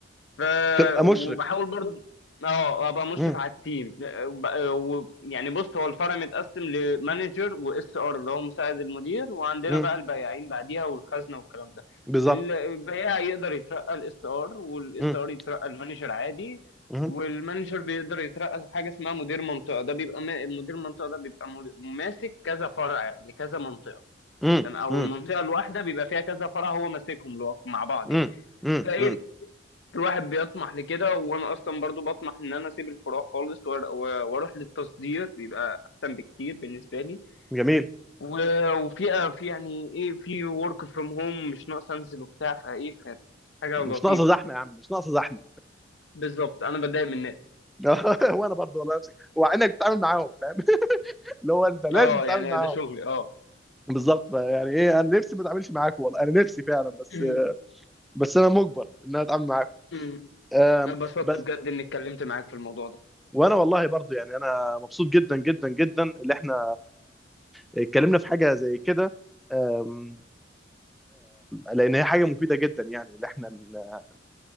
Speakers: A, on the left; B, in the centre.
A: ف
B: تبقى
A: وبحاول
B: مشرف
A: برضه اه ابقى مشرف
B: مم.
A: على التيم وب- و- يعني بص هو الفرع متقسم لمانجر واس ار اللي هو مساعد المدير وعندنا
B: مم.
A: بقى البياعين بعديها والخزنه والكلام ده
B: بالظبط
A: البياع يقدر يترقى الاس ار والاس
B: مم.
A: ار يترقى المانجر عادي
B: مم.
A: والمانجر بيقدر يترقى لحاجه اسمها مدير منطقه ده بيبقى ما- مدير منطقه ده بيبقى مد- ماسك كذا فرع لكذا منطقه
B: مم.
A: تمام؟ او
B: مم.
A: المنطقه الواحده بيبقى فيها كذا فرع هو ماسكهم لو- مع بعض
B: مم.
A: يعني.
B: مم.
A: فايه
B: مم.
A: الواحد بيطمح لكده وانا اصلا برضو بطمح ان انا اسيب الفروع خالص وأر- و- واروح للتصدير بيبقى احسن بكتير بالنسبه لي
B: جميل
A: و- وفي في يعني ايه في ورك فروم هوم مش ناقص انزل وبتاع فايه ف- حاجه
B: مش
A: لطيفه
B: ناقصة زحمة
A: كده
B: يا عم مش ناقصة زحمة
A: بالظبط انا بتضايق من الناس
B: <laughs> وانا برضه والله نفسي وعينك بتتعامل معاهم فاهم <laughs> اللي هو انت لازم
A: اه
B: تتعامل
A: يعني
B: معاهم
A: ده شغلي اه
B: بالظبط بقى، يعني ايه انا نفسي ما اتعاملش معاكم والله انا نفسي فعلا بس
A: أمم،
B: بس انا مجبر ان انا اتعامل معاكم
A: أمم.
B: آم،
A: انا اتبسطت
B: بس
A: بجد اني اتكلمت معاك في الموضوع ده
B: وانا والله برضو يعني انا مبسوط جدا جدا جدا اللي احنا اتكلمنا في حاجه زي كده آم، لان هي حاجه مفيده جدا يعني اللي احنا ن-